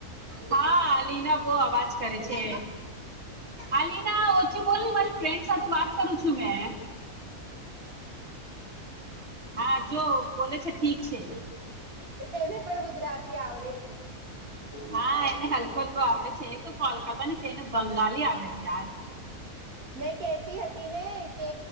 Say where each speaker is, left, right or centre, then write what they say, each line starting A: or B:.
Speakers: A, on the right (about 45°); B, on the right (about 75°).
A: હા લિના બહ અવાજ કરે છે આલીના ઓછું બોલ ને મારી ફ્રેન્ડ સાથે વાત કરું છું મે હા જો બ છે ઠીક છે
B: એને પણ ગુજરાતી આવડે છે
A: હા એને હલકો હલકો આવડે છે તો કોલકાતા ની છે એને બંગાળલી આવડે છે યાર
B: મેં કેતી હતી ને કે